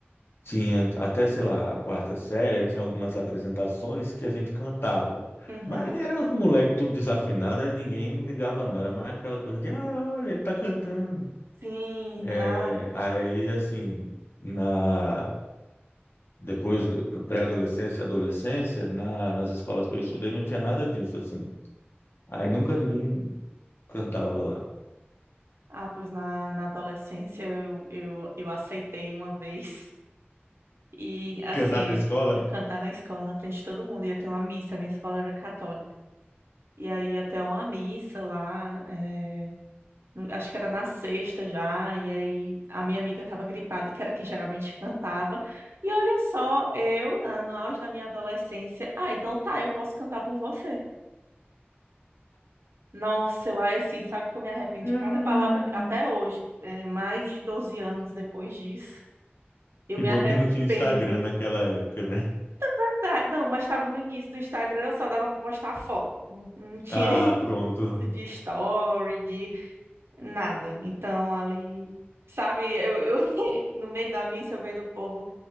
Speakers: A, on the left; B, on the right.
A: tinha até, sei lá, a quarta série, aí tinha algumas apresentações que a gente cantava.
B: Uhum.
A: Mas era os moleques tudo desafinado, aí ninguém ligava, não. Era mais aquela coisa de, ah, olha, ele tá cantando.
B: Sim.
A: É,
B: Ah,
A: aí, assim, na. Depois, do- na pré-adolescência, e adolescência, na, nas escolas que eu estudei, não tinha nada disso, assim. Aí nunca ninguém cantava lá.
B: ah, pois na, na adolescência eu, eu, eu aceitei uma vez. E assim,
A: Cantar na escola?
B: cantar na escola, na frente de todo mundo. Ia ter uma missa, minha escola era católica. E aí ia ter uma missa lá, é, no- Acho que era na sexta já, e aí a minha amiga estava gripada, que era quem geralmente <laughs> cantava. E olha só, eu, na- no auge da minha adolescência, ah, então tá, eu posso cantar por você. Nossa, eu assim, sabe que eu me arrependo
A: Hum.
B: de cada palavra até hoje, é, mais de 12 anos depois disso. Eu
A: Que
B: me
A: bom
B: arrependo.
A: que não tinha Instagram naquela época, né?
B: Verdade, Não, mas estava no início do Instagram, só dava para postar foto. Não, não tinha
A: Ah,
B: <laughs>
A: pronto.
B: isso de story, de Nada. Então, ali, sabe, eu, eu <laughs> no meio da missa eu vendo o povo